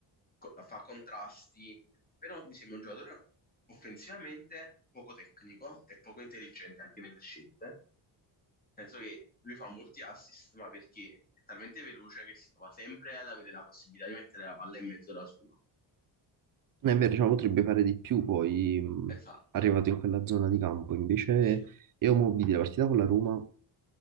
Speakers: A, on the left; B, on the right.
A: co- fa contrasti, però mi sembra un giocatore offensivamente poco tecnico e poco intelligente anche nelle scelte. Nel senso che lui fa molti assist, ma perché è talmente veloce che si trova sempre ad avere la possibilità di mettere la palla in mezzo da solo.
B: È vero, diciamo, potrebbe fare di più poi mh,
A: Esatto,
B: arrivato in quella zona di campo. Invece
A: sì,
B: io mo vidi la partita con la Roma